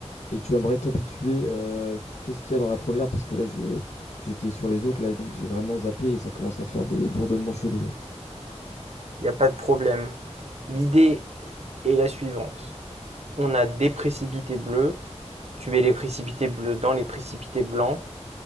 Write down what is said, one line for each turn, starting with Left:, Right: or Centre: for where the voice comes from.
Left: Et tu vas me récapituler euh, qu'est-ce qu'il y a dans la première, parce que là, je, j'étais sur les autres, là, et donc j'ai vraiment zappé et ça commence à faire des bourdonnements chelous, là.
Right: Il n'y a pas de problème. L'idée est la suivante. On a des précipités bleus. Tu mets les précipités bleus dans les précipités blancs.